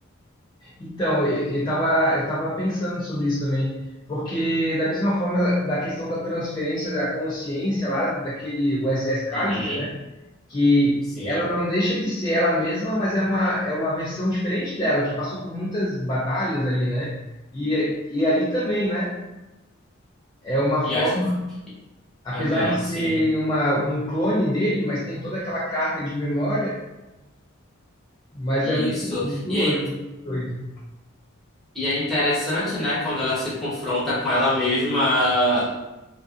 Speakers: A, on the left; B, in the centre.
A: então eu, estava eu tava pensando sobre isso também, porque da mesma forma da questão da transferência da consciência lá daquele USS Callister,
B: Uhum,
A: né, que
B: sim.
A: ela não deixa de ser ela mesma, mas é uma, é uma versão diferente dela, que passou por muitas batalhas ali, né? E, e ali também, né? É uma
B: E
A: forma,
B: acho que.
A: apesar
B: Aham,
A: de
B: sim.
A: ser uma, um clone dele, mas tem toda aquela carga de memória, mas
B: Isso.
A: é muito, muito
B: E
A: doido,
B: é, in-
A: muito doido.
B: e é interessante, né, quando ela se confronta com ela mesma,